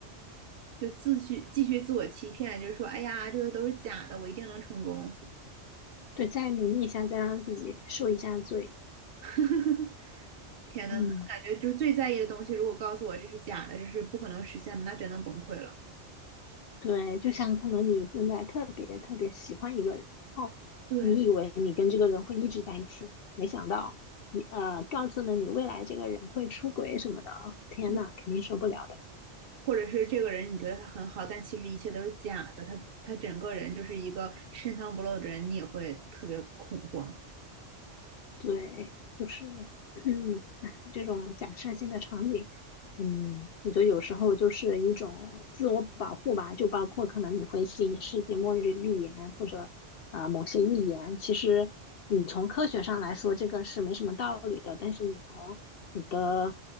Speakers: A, on the right; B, on the left.
A: 就自续继续自我欺骗，就是说，哎呀，这个都是假的，我一定能成功。
B: 对，再努力一下，再让自己受一下罪。
A: <laughs> 天呐，
B: 嗯，
A: 那感觉就是最在意的东西，如果告诉我这是假的，这是不可能实现的，那真的崩溃了。
B: 对，就像可能你现在特别特别喜欢一个人，哦，
A: 对，
B: 你以为你跟这个人会一直在一起，没想到你呃告诉了你未来这个人会出轨什么的，哦天呐，
A: 嗯
B: 肯定受不了的。
A: 或者是这个人你觉得他很好，但其实一切都是假的，他他整个人就是一个深藏不露的人，你也会特别恐慌。
B: 对，就是，嗯，哎这种假设性的场景，嗯，我觉得有时候就是一种自我保护吧，就包括可能你会信世界末日预言或者啊、呃某些预言，其实你从科学上来说这个是没什么道理的，但是你从你的